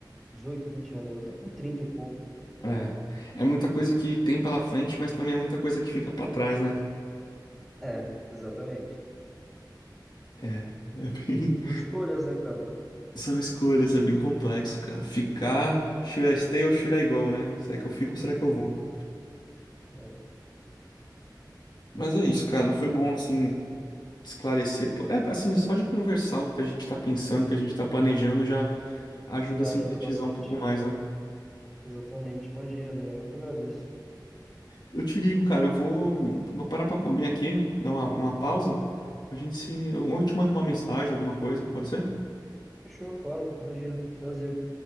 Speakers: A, in the centre; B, on the left.
A: 18 20 anos, outra com trinta e pouco.
B: é. É muita coisa que tem pela frente, mas também é muita coisa que fica pra trás, né?
A: É, exatamente.
B: É, é bem,
A: São escolhas, né, cara?
B: <laughs> são escolhas, é bem complexo, cara. Ficar, should I stay ou should I go, né? Será que eu fico ou será
A: Isso,
B: que eu vou?
A: é,
B: Mas é isso, cara. Foi bom, assim, esclarecer. pô, É, assim, só de conversar o que a gente tá pensando, o que a gente tá planejando, já ajuda
A: já
B: a sintetizar
A: ajuda bastante,
B: um pouco
A: né,
B: mais,
A: cara?
B: né?
A: Exatamente. Imagina, Daniel, eu que agradeço.
B: Eu te ligo, cara. Eu vou, vou parar pra comer aqui, dar uma, uma pausa. A gente se. Ou eu te mando uma mensagem, alguma coisa, pode ser?
A: Fechou, claro, imagina. Prazer.